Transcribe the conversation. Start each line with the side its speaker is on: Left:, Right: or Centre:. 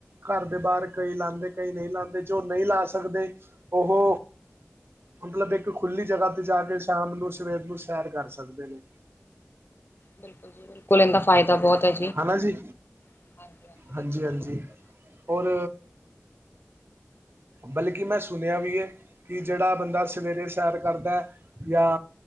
Right: ਘਰ ਦੇ ਬਾਹਰ ਕਈ ਲਾਂਦੇ ਕਈ ਨਹੀਂ ਲਾਂਦੇ ਜੋ ਨਹੀਂ ਲਾ ਸਕਦੇ ਉਹੋ ਮਤਲਬ ਇੱਕ ਖੁੱਲੀ ਜਗ੍ਹਾ ਤੇ ਜਾ ਕੇ ਸ਼ਾਮ ਨੂੰ ਸਵੇਰ ਨੂੰ ਸੈਰ ਕਰ ਸਕਦੇ ਨੇ।
Left: ਬਿਲਕੁਲ ਜੀ ਬਿਲਕੁਲ ਇਹਦਾ ਫਾਇਦਾ ਬਹੁਤ ਐ ਜੀ।
Right: ਹਨਾ ਜੀ,
Left: ਹਾਂਜੀ ਹਾਂਜੀ ਬਿਲਕੁਲ
Right: ਹਾਂਜੀ-ਹਾਂਜੀ
Left: ਜੀ ਬਿਲਕੁਲ
Right: ਔਰ ਬਲਕਿ ਮੈਂ ਸੁਣਿਆ ਵੀ ਐ ਕਿ ਜਿਹੜਾ ਬੰਦਾ ਸਵੇਰੇ ਸੈਰ ਕਰਦਾ ਜਾਂ